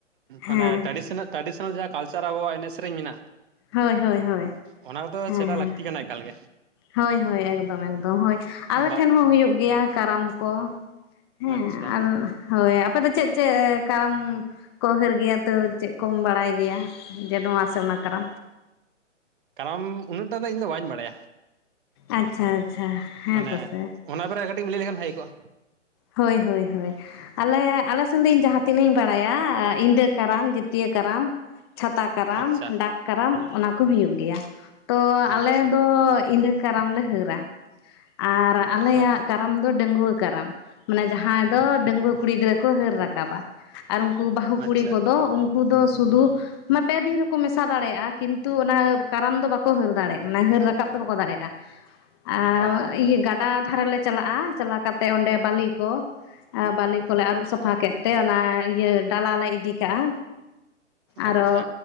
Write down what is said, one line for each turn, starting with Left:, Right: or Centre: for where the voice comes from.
Left: ᱦᱮᱸ
Right: ᱢᱟᱱᱮ ᱴᱨᱟᱰᱤᱥᱚᱱᱟᱞ - ᱴᱨᱟᱰᱤᱥᱚᱱᱟᱞ ᱡᱟᱦᱟᱸ ᱠᱟᱞᱪᱟᱨ ᱟᱵᱚᱣᱟᱜ ᱮᱱᱮᱡ ᱥᱮᱨᱮᱧ ᱢᱮᱱᱟᱜ ᱢᱮᱱᱟᱜᱼᱟ
Left: ᱦᱳᱭ ᱦᱳᱭ ᱦᱳᱭ
Right: ᱚᱱᱟᱫᱚ
Left: ᱦᱮᱸ
Right: ᱥᱮᱴᱟ
Left: ᱦᱮᱸ
Right: ᱞᱟᱹᱠᱛᱤ ᱠᱟᱱᱟ ᱮᱠᱟᱞ ᱜᱮ᱾
Left: ᱦᱳᱭ ᱦᱳᱭ ᱮᱠᱫᱚᱢ - ᱮᱠᱫᱚᱢ ᱦᱳᱭ ᱟᱞᱮ
Right: ᱵᱟ
Left: ᱴᱷᱮᱱ ᱦᱚᱸ ᱦᱩᱭᱩᱜ ᱜᱮᱭᱟ ᱠᱟᱨᱟᱢ ᱠᱚ, ᱦᱮᱸ
Right: ᱟᱪᱪᱷᱟ
Left: ᱟᱨ ᱦᱳᱭ ᱟᱯᱮ ᱫᱚ ᱪᱮᱫ ᱪᱮᱫ ᱠᱟᱨᱟᱢ ᱠᱚ ᱦᱟᱹᱨ ᱜᱮᱭᱟ ᱛ ᱪᱮᱫ ᱠᱚᱢ ᱵᱟᱲᱟᱭ ᱜᱮᱭᱟ ᱡᱮ ᱱᱚᱣᱟ ᱥᱮ ᱚᱱᱟ ᱠᱟᱱᱟ᱾
Right: ᱠᱟᱨᱟᱢ ᱩᱱᱟᱹᱜ ᱴᱟᱜ ᱫᱚ ᱤᱧᱫᱚ ᱵᱟᱹᱧ ᱵᱟᱲᱟᱭᱟ᱾
Left: ᱟᱪᱪᱷᱟ ᱟᱪᱪᱷᱟ ᱦᱮᱸ
Right: ᱢᱟᱱᱮ
Left: ᱛ ᱥᱮᱮ
Right: ᱚᱱᱟ ᱵᱮᱮ ᱠᱟᱹᱴᱤᱡ ᱞᱟᱹᱭ ᱞᱮᱠᱷᱟᱱ ᱵᱷᱟᱭ ᱠᱚᱜᱼᱟ
Left: ᱦᱳᱭ, ᱦᱳᱭ, ᱦᱳᱭ ᱟᱞᱮ ᱟᱞᱮ ᱥᱮᱱ ᱫᱚ ᱤᱧ ᱡᱟᱦᱟᱸᱛᱤᱱᱟᱹᱜ ᱤᱧ ᱵᱟᱲᱟᱭᱟ ᱤᱫᱟᱹ ᱠᱟᱨᱟᱢ, ᱡᱛᱭᱟᱹᱨ ᱠᱟᱨᱟᱢ, ᱪᱷᱟᱛᱟ ᱠᱟᱨᱟᱢ
Right: ᱟᱪᱪᱷᱟ
Left: ᱰᱟᱠ ᱠᱟᱨᱟᱢ ᱚᱱᱟ ᱠᱚ ᱦᱩᱭᱩᱜ ᱜᱮᱭᱟ ᱛᱚ ᱟᱞᱮᱚ
Right: ᱟᱪᱪᱷᱟ
Left: ᱠᱟᱨᱟᱢ ᱞᱮ ᱦᱟᱹᱨᱟ᱾ ᱟᱨ ᱟᱞᱮᱭᱟᱜ
Right: ᱚ
Left: ᱠᱟᱨᱟᱢ ᱫᱚ ᱰᱟᱺᱟᱹᱜᱩᱣᱟᱹ ᱠᱟᱨᱟᱢ ᱢᱟᱱᱮ ᱡᱟᱦᱟᱸᱭ ᱫᱚ ᱰᱟᱺᱜᱣᱟᱹ ᱠᱩᱲᱤ ᱜᱤᱫᱽᱨᱟᱹ ᱠᱚ ᱦᱟᱹᱨ ᱨᱟᱠᱟᱵᱟ᱾ ᱟᱨ ᱩᱱᱠᱩ ᱵᱟᱹᱟᱦᱩ ᱠᱩᱲᱤ
Right: ᱟᱪᱪᱷᱟ
Left: ᱠᱚᱫᱚ ᱩᱱᱠᱩ ᱫᱚ ᱥᱩᱫᱩ ᱢ ᱯᱮ ᱫᱤᱱ ᱨᱮᱠᱚ ᱢᱮᱥᱟ ᱫᱟᱲᱮᱭᱟᱜᱼᱟ ᱠᱤᱱᱛᱩ ᱚᱱᱟ ᱠᱟᱨᱟᱢ ᱫᱚ ᱵᱟᱠᱚ ᱦᱟᱹᱨ ᱫᱟᱲᱮᱭᱟᱜᱼᱟ ᱢᱟᱱᱮ ᱦᱟᱹᱨ ᱨᱟᱠᱟᱵ ᱫᱚ ᱵᱟᱠᱚ ᱫᱟᱲᱮᱭᱟᱜᱼᱟ᱾ ᱟᱨ
Right: ᱚ
Left: ᱤᱭᱟᱹ ᱜᱟᱰᱟ ᱫᱷᱟᱨᱮᱞᱮ ᱪᱟᱞᱟᱜᱼᱟ ᱪᱟᱞᱟᱣ ᱠᱟᱛᱮ ᱚᱸᱰᱮ ᱵᱟᱟᱹᱞᱤ ᱠᱚ ᱵᱟᱟᱹᱞᱤ ᱠᱚᱞᱮ ᱟᱹᱨᱩᱵ ᱥᱟᱯᱷᱟ ᱠᱮᱫ ᱛᱮ ᱚᱱᱟ ᱤᱭᱟᱹ ᱰᱟᱞᱟ ᱞᱮ ᱤᱫᱤ ᱠᱟᱼᱟ ᱟᱨᱚ
Right: ᱟᱪᱪᱷᱟ